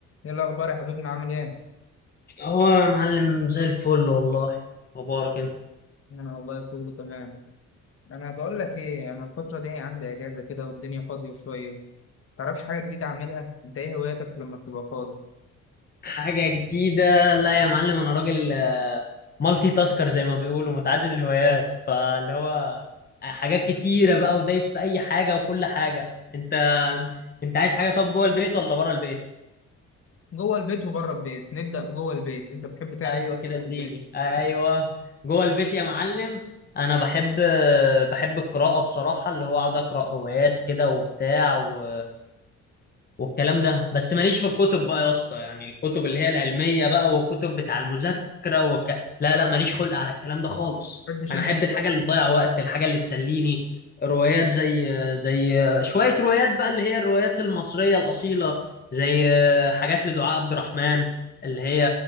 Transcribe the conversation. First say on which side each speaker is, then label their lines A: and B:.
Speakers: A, on the left; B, on the left.
A: ايه الاخبار يا حبيبنا عامل ايه
B: هو يا معلم زي الفل والله مبارك انت
A: انا والله كله تمام انا بقول لك ايه انا الفتره دي عندي اجازه كده والدنيا فاضيه شويه تعرفش حاجه جديده اعملها انت ايه هواياتك لما بتبقى فاضي
B: حاجة جديدة لا يا معلم انا راجل آه، مالتي تاسكر زي ما بيقولوا متعدد الهوايات فاللي هو آه، حاجات كتيرة بقى ودايس في اي حاجة وكل حاجة انت انت عايز حاجة طب جوه البيت ولا بره البيت
A: جوه البيت وبره البيت نبدا بجوه البيت انت بتحب تعمل
B: ايوه
A: إيه
B: كده
A: جوه
B: اديني
A: البيت
B: ايوه جوه البيت يا معلم انا بحب آه، بحب القراءة بصراحة اللي هو اقعد اقرا روايات كده وبتاع و... والكلام ده بس ماليش في الكتب بقى يا اسطى يعني الكتب اللي هي العلمية بقى والكتب بتاع المذاكرة والك... لا لا ماليش خلق على الكلام ده خالص
A: ما بتحبش
B: انا
A: انت
B: احب
A: خلاص
B: الحاجة اللي تضيع وقت الحاجة اللي تسليني روايات زي زي شوية روايات بقى اللي هي الروايات المصرية الأصيلة زي حاجات لدعاء عبد الرحمن اللي هي